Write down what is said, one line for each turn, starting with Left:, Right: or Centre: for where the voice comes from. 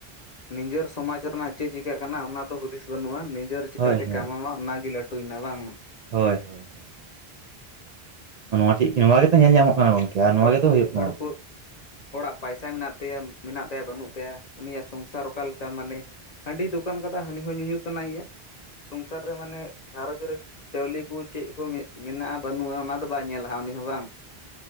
Left: ᱱᱤᱡᱟᱹᱨ ᱥᱚᱢᱟᱡᱽ ᱨᱮᱱᱟᱜ ᱪᱮᱫ ᱪᱤᱠᱟᱹᱜ ᱠᱟᱱᱟ ᱚᱱᱟ ᱫᱚ ᱦᱩᱫᱤᱥ ᱵᱟᱹᱱᱩᱜ-ᱟ <unintelligible> <unintelligible> ᱪᱤᱠᱟᱛᱮ
Right: ᱦᱳᱭ ᱦᱳᱭ
Left: ᱠᱟᱢᱟᱣᱟ ᱚᱱᱟᱜᱮ ᱞᱟᱹᱴᱩᱭ ᱱᱟ ᱵᱟᱝ,
Right: ᱦᱳᱭ ᱦᱳᱭ ᱾ ᱱᱚᱣᱟ <unintelligible> ᱧᱮᱞ ᱧᱟᱢᱚᱜ ᱠᱟᱱᱟ ᱜᱚᱝᱠᱮ ᱟᱨ ᱱᱚᱣᱟ
Left: ᱦᱚᱲ
Right: ᱜᱮᱛᱚ
Left: ᱠᱚ
Right: ᱦᱩᱭᱩᱜ
Left: ᱦᱚᱲ
Right: ᱠᱟᱱᱟ
Left: ᱠᱚ ᱦᱚᱲᱟᱜ ᱯᱟᱭᱥᱟ ᱢᱮᱱᱟᱜ ᱛᱟᱭᱟ ᱢᱮᱱᱟᱜ ᱛᱟᱭᱟ ᱵᱟᱹᱱᱩᱜ ᱛᱟᱭᱟ ᱩᱱᱤᱭᱟᱜ ᱥᱚᱝᱥᱟᱨ ᱚᱠᱟ ᱞᱮᱠᱟ ᱢᱟᱱᱮ ᱦᱟᱺᱰᱤ ᱫᱚᱠᱟᱱ ᱠᱟᱫᱟᱭ ᱦᱟᱹᱱᱤ ᱦᱚᱸ ᱧᱩ ᱧᱩ ᱥᱟᱱᱟᱭ ᱭᱟ ᱥᱚᱝᱥᱟᱨ ᱨᱮ ᱢᱟᱱᱮ ᱜᱷᱟᱨᱚᱡᱽ ᱨᱮ ᱪᱟᱣᱞᱤ ᱠᱚ ᱪᱮᱫ ᱠᱚ ᱢᱮᱱᱟᱜ-ᱟ ᱵᱟᱹᱱᱩᱜ-ᱟ ᱚᱱᱟ ᱫᱚ ᱵᱟᱭ ᱧᱮᱞᱟᱦᱟᱜ ᱩᱱᱤ ᱦᱚᱸ ᱵᱟᱝ,